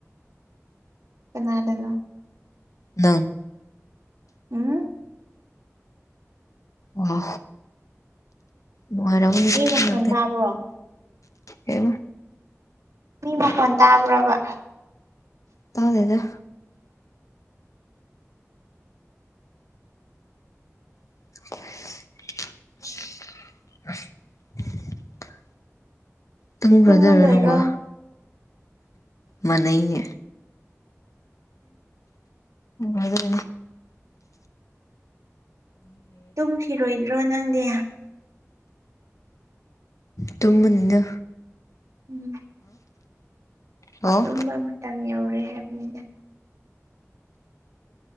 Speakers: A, on the right; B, on the left.
A: ꯅꯗꯅꯣ
B: ꯅꯪ
A: ꯎꯝ
B: ꯑꯣ ꯃꯣꯏꯔ
A: ꯃꯤ
B: ꯆ
A: ꯃꯈꯣꯟ ꯇꯥꯕ꯭ꯔꯣ
B: ꯑꯦ
A: ꯃꯤ ꯃꯈꯣꯟ ꯇꯥꯕ꯭ꯔꯕ
B: ꯇꯥꯗꯦꯗ <inaudible> ꯇꯨꯝꯃꯈ꯭ꯔꯗ
A: ꯇꯨꯝꯃꯗꯣꯏꯔꯣ
B: ꯑꯣꯏꯔꯣ ꯅꯪꯒꯣ ꯃꯅꯩꯅꯦ ꯑꯗꯤ
A: ꯇꯨꯝꯈꯤꯔꯣꯏꯗ꯭ꯔꯣ ꯅꯪꯗꯤ
B: ꯇꯨꯃꯅꯤꯅ
A: ꯎꯝ
B: ꯍꯥꯎ
A: ꯇꯨꯝꯕ ꯃꯇꯝ ꯌꯧꯔꯦ ꯍꯥꯏꯕꯅꯤꯗ